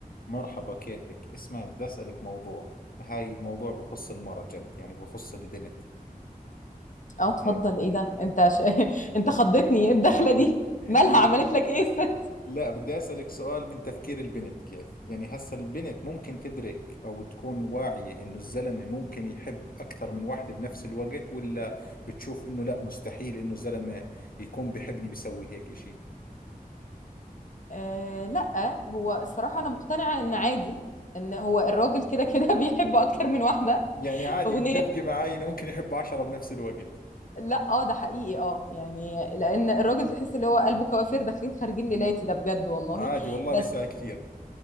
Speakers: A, on the left; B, on the left.
A: مرحبا كيفك اسمع بدي أسألك موضوع هاي الموضوع بخص المرأة جد يعني بخص البنت
B: اه اتفضل
A: إيه.
B: ايه ده انت ش... <laughs> انت خضتني ايه الدخله
A: <laughs>
B: دي مالها عملت لك ايه الست
A: لا بدي أسألك سؤال من تفكير البنت كيف يعني هسا البنت ممكن تدرك أو تكون واعية إنه الزلمة ممكن يحب أكثر من واحدة بنفس الوقت ولا بتشوف إنه لا مستحيل إنه زلمة يكون بحبني بيسوي هيك إشي
B: آه لا هو الصراحه انا مقتنعه ان عادي ان هو الراجل كده كده <laughs> بيحب اكتر من واحده
A: يعني عادي
B: اغنيه
A: متفقة معاي إنه ممكن يحب عشرة بنفس الوقت
B: لا اه ده حقيقي اه يعني لان الراجل تحس اللي هو قلبه كوافير داخلين خارجين ليلاتي ده بجد والله
A: عادي والله
B: بس
A: بيسأل كثير